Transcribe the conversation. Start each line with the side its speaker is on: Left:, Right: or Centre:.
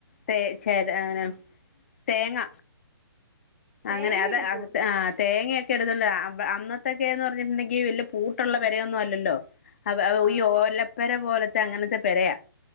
Left: തേ ചേനെ തേങ്ങ
Right: തേങ്ങ
Left: അങ്ങനെ അത
Right: എടുക്കുവോ
Left: ആ് തേങ്ങൊക്കെ അന്നത്തൊക്കെന്ന് പറഞ്ഞിട്ടുണ്ടെങ്കിൽ വലിയ പൂട്ടോള്ള പെര ഒന്നും അല്ലല്ലോ അ
Right: ആഹ്
Left: ഈ ഓലപ്പര പോലത്തെ അങ്ങനത്തെ പെരയാ